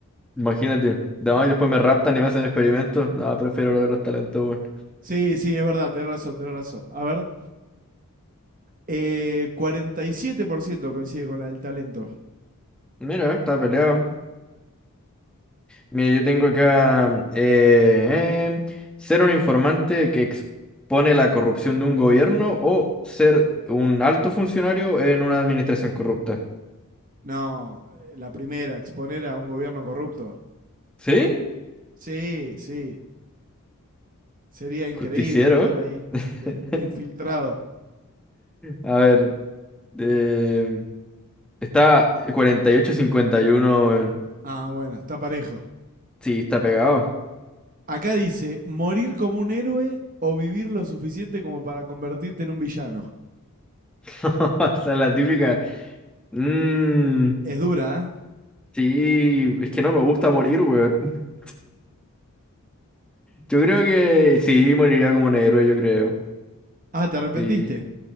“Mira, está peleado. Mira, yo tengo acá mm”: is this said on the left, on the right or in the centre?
Centre